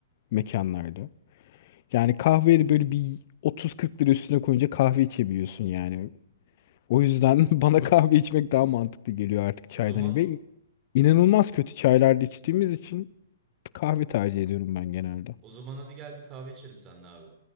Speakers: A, on the left (about 45°); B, on the right (about 25°).
A: mekanlarda. Yani kahveye de böyle bir 30-40 lira üstüne koyunca kahve içebiliyorsun yani. O yüzden <laughs> bana kahve içmek daha mantıklı geliyor artık çaydan.
B: O zaman
A: Ve İnanılmaz kötü çaylarda içtiğimiz için kahve tercih ediyorum ben genelde.
B: o zaman hadi gel bir kahve içelim seninle abi.